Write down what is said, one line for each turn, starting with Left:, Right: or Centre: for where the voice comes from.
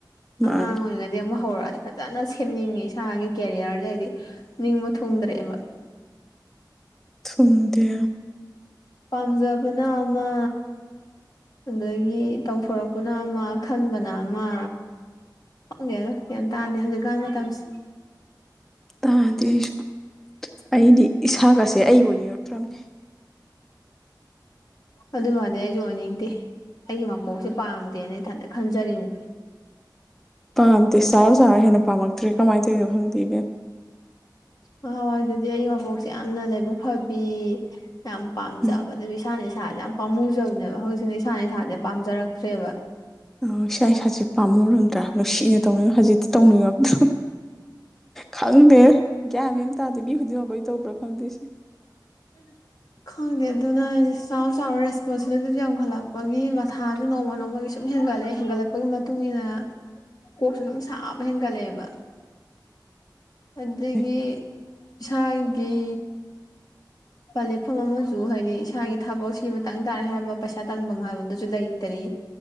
Left: ꯑꯉꯥꯡ
Centre: ꯃꯥꯅꯤ
Left: ꯑꯣꯏꯔꯤꯉꯩꯗꯤ ꯑꯃꯨꯛ ꯍꯧꯔꯛꯑꯗꯤ ꯐꯖꯅ ꯁꯦꯝꯅꯤꯡꯉꯤ ꯏꯁꯥꯒꯤ ꯀꯦꯔꯤꯌꯔꯁꯦ ꯍꯥꯏꯗꯤ ꯅꯤꯡꯕ ꯊꯨꯡꯗ꯭ꯔꯦꯕ
Centre: ꯊꯨꯡꯗꯦ
Left: ꯄꯥꯝꯖꯕꯅ ꯑꯃ ꯑꯗꯒꯤ ꯇꯧꯊꯣꯔꯛꯄꯅ ꯑꯃ ꯈꯟꯕꯅ ꯑꯃ꯫ ꯈꯪꯗꯦꯗꯥ ꯒꯌ꯭ꯥꯟ ꯇꯥꯗꯦ ꯍꯧꯖꯤꯛꯀꯥꯟ ꯃꯇꯝꯁꯤ꯫
Centre: ꯇꯥꯗꯦ ꯑꯩꯁꯨ ꯑꯩꯗꯤ ꯏꯁꯥꯒꯁꯦ ꯑꯩ ꯑꯣꯏꯅꯤꯡꯉꯛꯇ꯭ꯔꯕꯅꯤ꯫
Left: ꯑꯗꯨ ꯃꯥꯗꯤ ꯑꯩꯁꯨ ꯑꯣꯏꯅꯤꯡꯗꯦ ꯑꯩꯒꯤ ꯃꯄꯣꯛꯁꯦ ꯄꯥꯝꯗꯦꯅ ꯑꯩꯊꯟꯅ ꯈꯟꯖꯔꯤꯅꯦ꯫
Centre: ꯄꯥꯝꯗꯦ ꯆꯥꯎꯔ ꯆꯥꯎꯔ ꯍꯦꯟꯅ ꯄꯥꯝꯃꯛꯇ꯭ꯔꯦ ꯀꯃꯥꯏꯅ ꯇꯧꯔꯤꯅꯣ ꯈꯪꯗꯦ ꯏꯕꯦꯃ ꯫
Left: ꯅꯍꯥꯟꯋꯥꯏ ꯑꯗꯨꯗꯤ ꯑꯩ ꯃꯕꯣꯛꯁꯦ ꯌꯥꯝꯅ ꯂꯥꯏꯕꯛ ꯐꯕꯤ ꯌꯥꯝ ꯄꯥꯝꯖꯕ
Centre: ꯎꯝ
Left: ꯏꯁꯥꯅ ꯏꯁꯥꯥꯁꯦ ꯌꯥꯝ ꯄꯥꯝꯃꯨꯖꯕꯅꯦꯕ ꯍꯧꯖꯤꯛꯅ ꯏꯁꯥꯅ ꯏꯁꯥꯁꯦ ꯄꯥꯝꯖꯔꯛꯇ꯭ꯔꯦꯕ꯫
Centre: ꯑ ꯏꯁꯥ ꯏꯁꯥꯁꯦ ꯄꯥꯝꯃꯧꯔꯝꯗ꯭ꯔꯥ ꯅꯨꯡꯁꯤꯅ ꯇꯧꯅꯤꯡ ꯍꯧꯖꯤꯛꯇꯤ ꯇꯧꯅꯤꯡꯉꯛꯇ꯭ꯔꯦ꯫ ꯈꯪꯗꯦ ꯒꯌ꯭ꯥꯟ ꯃꯦꯟ ꯇꯥꯗꯦ ꯃꯤ ꯈꯨꯗꯤꯡꯃꯛ ꯂꯣꯏ ꯇꯧꯕ꯭ꯔꯥ ꯈꯪꯗꯦ ꯁꯤ꯫
Left: <unintelligible> ꯈꯪꯗꯦ ꯑꯗꯨꯅ ꯍꯥꯏ ꯆꯥꯎ ꯆꯥꯎ ꯔꯦꯁꯄꯣꯟꯁꯤꯕꯤꯂꯤꯇꯤꯁꯨ ꯌꯥꯝꯈꯠꯂꯛꯄꯒꯤ ꯃꯊꯥꯁꯨ ꯅꯣꯡꯃ ꯅꯣꯡꯃꯒꯤ ꯁꯨꯝ ꯍꯦꯟꯒꯠꯂꯛꯑꯦ ꯍꯦꯟꯒꯠꯂꯛꯄꯒꯤ ꯃꯇꯨꯡ ꯏꯟꯅ ꯀꯣꯛꯁꯨ ꯁꯨꯝ ꯁꯥꯕ ꯍꯦꯟꯒꯠꯂꯛꯑꯦꯕ꯫ ꯑꯗꯒꯤ
Centre: ꯃꯥꯅꯤ
Left: ꯏꯁꯥꯒꯤ ꯄꯂꯤꯐꯝ ꯑꯃꯁꯨ ꯍꯥꯏꯗꯤ ꯏꯁꯥꯒꯤ ꯊꯕꯛꯁꯤ ꯃꯇꯥꯡ ꯇꯥꯔꯦ ꯍꯥꯏꯕ ꯄꯩꯁꯥ ꯇꯥꯟꯐꯝ ꯍꯥꯏꯕꯗꯨꯁꯨ ꯂꯩꯇꯔꯤ꯫